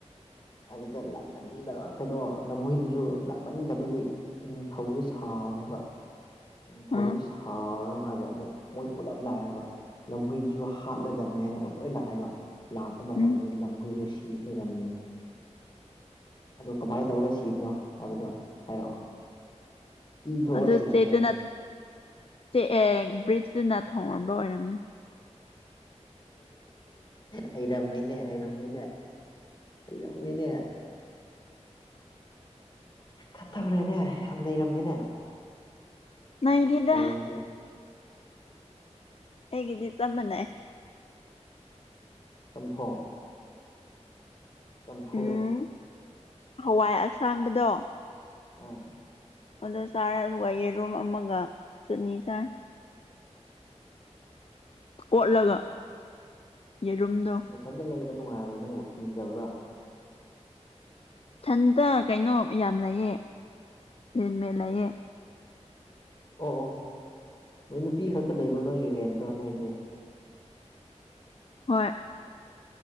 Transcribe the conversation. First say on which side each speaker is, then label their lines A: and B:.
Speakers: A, on the left; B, on the left.
A: ꯑꯗꯨꯗ ꯂꯥꯛꯃꯟꯗꯕ ꯀꯩꯅꯣ ꯂꯝꯍꯣꯏꯗꯨꯁꯨ ꯂꯥꯛꯃꯟꯗꯕꯒꯤ ꯅꯤꯡꯊꯧꯁꯦ ꯁꯥꯎꯅꯦꯕ ꯅꯤꯡꯊꯧꯁꯦ
B: ꯎꯝ
A: ꯁꯥꯎꯔꯒ ꯃꯥꯁꯦ ꯑꯃꯨꯛ ꯃꯣꯏ ꯄꯨꯜꯂꯞ ꯂꯥꯛꯑꯦꯕ ꯂꯝꯍꯣꯏꯗꯨꯁꯨ ꯍꯥꯠꯂꯗꯕꯅꯦ ꯍꯥꯏꯅꯀꯣ ꯂꯣꯏ ꯂꯥꯛꯑꯦꯕ ꯂꯥꯛꯄ ꯃꯇꯝꯗ
B: ꯎꯝ
A: ꯂꯝꯍꯨꯏꯗꯨ ꯁꯤ ꯂꯩꯔꯝꯃꯦꯌꯦ ꯑ ꯀꯃꯥꯏꯅ ꯇꯧꯔꯒ ꯁꯤꯕꯅꯣ ꯍꯥꯏꯕꯗꯣ ꯍꯥꯏꯔꯛꯑꯣ ꯏ ꯊꯣꯛꯑ
B: ꯑꯗꯨ
A: ꯁꯤꯔꯝꯃꯦ
B: ꯆꯦꯠꯇꯨꯅ ꯆꯦꯛꯑ ꯕ꯭ꯔꯤꯖꯇꯨꯅ ꯊꯣꯡꯔꯝꯕ ꯑꯣꯏꯔꯝꯅꯤ
A: ꯍꯩꯔꯝꯃꯤꯅꯦ ꯍꯩꯔꯝꯃꯤꯅꯦ ꯍꯩꯔꯝꯃꯤꯅꯦ ꯈꯥ ꯇꯧꯔꯦꯅꯦ ꯌꯥꯝ ꯅꯩꯔꯝꯃꯦꯅꯦ
B: ꯅꯣꯏꯗꯤꯗ
A: ꯉꯁꯤ
B: ꯑꯩꯒꯤꯗꯤ ꯆꯞ ꯃꯥꯟꯅꯩ
A: ꯆꯝꯊꯣꯡ ꯆꯝꯐꯨꯠ
B: ꯎꯝ ꯍꯋꯥꯏ ꯑꯁꯥꯡꯕꯗꯣ
A: ꯑꯥ
B: ꯑꯗꯣ ꯆꯥꯔ ꯑꯗꯨꯒ ꯌꯦꯔꯨꯝ ꯑꯃꯒ ꯆꯠꯅꯤ ꯆꯥꯏ ꯀꯣꯠꯂꯒ ꯌꯦꯔꯨꯝꯗꯣ
A: ꯃꯊꯟꯇ ꯂꯩꯕ ꯅꯨꯡꯉꯥꯏꯕ꯭ꯔꯥ ꯅꯪꯕꯨ ꯀꯤꯗꯕ꯭ꯔꯥ
B: ꯊꯟꯇ ꯀꯩꯅꯣ ꯌꯥꯝ ꯂꯩꯑ ꯔꯦꯟꯃꯦꯠ ꯂꯩꯑ
A: ꯑꯣ ꯑꯣ ꯅꯣꯏ ꯅꯨꯄꯤ ꯈꯛꯇ ꯂꯩꯕ꯭ꯔꯣ ꯅꯣꯏꯒꯤ ꯔꯦꯟꯗꯣ ꯅꯣꯏꯗꯤ
B: ꯍꯣꯏ